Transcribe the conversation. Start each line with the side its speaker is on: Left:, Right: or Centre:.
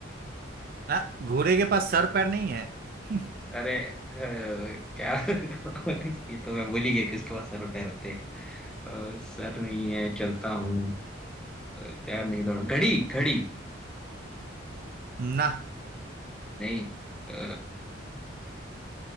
Right: ना घोड़े के पास सर पैर नहीं है <laughs>
Centre: अरे अ, क्या <laughs> ये तो मैं भूल ही गया कि उसके पास सर और पैर होते हैं अ, सर नहीं है चलता हूँ अ, पैर नहीं दौड़ा घड़ी घड़ी
Right: ना
Centre: नहीं अ,